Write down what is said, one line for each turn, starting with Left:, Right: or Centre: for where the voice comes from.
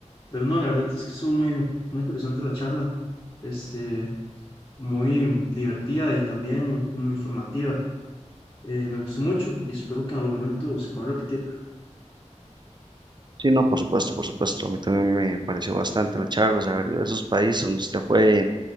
Left: Pero no, la verdad es que estuvo muy, muy interesante la charla, este, muy divertida y también como informativa. Eh, me gustó mucho y espero que en algún momento se pueda repetir.
Right: Sí, no, por supuesto, por supuesto. A mí también me pareció bastante la charla, saber de esos países donde usted fue,